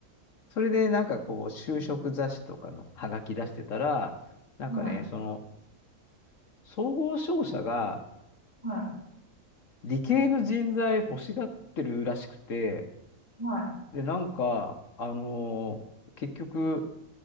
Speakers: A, on the left; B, on the right.
A: それでなんかこう、就職雑誌とかのハガキ出してたら、
B: い、う
A: なんかね、
B: んはい、
A: その、総合商社が
B: はい、
A: 理系の人材欲しがってるらしくて、
B: は
A: で、なんか、あのー結局、